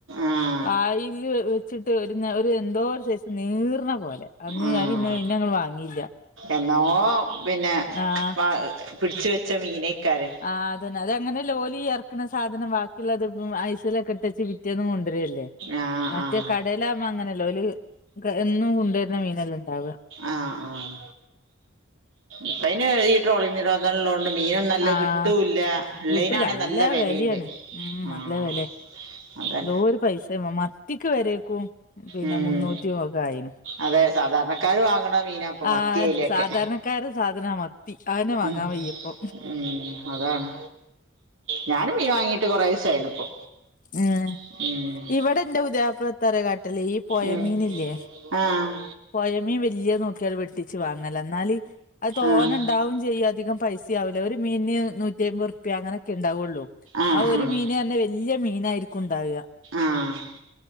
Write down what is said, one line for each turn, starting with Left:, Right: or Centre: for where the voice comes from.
Right: ആഹ്.
Left: വായില് വെച്ചിട്ട് ഒരു ഒരു എന്തോ സെയ്സ് നീറ്ണ പോലെ. അത് പിന്നെ,
Right: ആഹ്
Left: പിന്നെ ഞങ്ങള് വാങ്ങിയില്ല.
Right: എന്നോ പിന്നെ
Left: ആഹ്.
Right: ഇപ്പ പിടിച്ച് വെച്ച മീനേക്കാരെ.
Left: ആഹ് അതന്നെ. അതങ്ങനെല്ലേ ഓല് ഈ എറക്കണ സാധനം ബാക്കിയുള്ളത് ഐസിലൊക്കെ ഇട്ടച്ച് പിറ്റേന്നും കൊണ്ടരേ ല്ലേ.
Right: ആഹ്
Left: മറ്റേ
Right: ആഹ്
Left: കടേലാവുമ്പോ അങ്ങനെയല്ല ഓല് എന്നും കൊണ്ടുവരുന്ന മീനല്ലേ ഇണ്ടാവാ.
Right: ആഹ് ആഹ്. ഇപ്പയിന് ഈ ട്രോളി നിരോ തന്നള്ളോണ്ട് മീനും നല്ല
Left: ആഹ്
Right: കിട്ടൂല്ല ഇള്ളേനാണെ
Left: കിട്ടൂല
Right: നല്ല വെലിം
Left: വെലയാണ്
Right: ഇണ്ട്
Left: ഉം
Right: ആഹ്
Left: നല്ല വെലെ
Right: അതെ
Left: എന്തോരു പൈസ മ മത്തിക്ക് വരെക്കും പിന്നെ
Right: ഉം
Left: മുന്നൂറ്റിയൊക്കെ ആയിനു
Right: അതെ സാധാരണക്കാര് വാങ്ങണ മീനാ ഇപ്പൊ
Left: ആഹ്
Right: മത്തി അയിലൊക്കെ
Left: സാധാരണ ക്കാരെ സാധന മത്തി ആയെനെ വാങ്ങാൻ
Right: ഉം
Left: വയ്യപ്പോ
Right: ഉം അതാണ് ഞാനും മീൻ വാങ്ങിട്ട് കൊറെ ദിവസായിണിപ്പോ
Left: ഏഹ്
Right: ഉം
Left: ഇവടെന്റെ പുതിയാപ്പിള ത്തരെ കാട്ടല് ഈ പൊയ
Right: ഉം
Left: മീനില്ലേ
Right: ആഹ്
Left: പൊയമീൻ വല്യ നോക്കിത് വെട്ടിച്ച് വാങ്ങല എന്നാൽ അത് തോന
Right: ആഹ്
Left: ഇണ്ടാവും ചെയ്യും അധികം പൈസ ആവില്ല ഒരു മീന് നൂറ്റിമ്പത് രുപ്യ അനൊക്കെ ഇണ്ടാവുള്ളൂ
Right: ആഹ്
Left: ആ ഒരു
Right: ആഹ്
Left: മീന് ന്നെ വല്യ മീനാരിക്കും ഇണ്ടാവ
Right: ആഹ്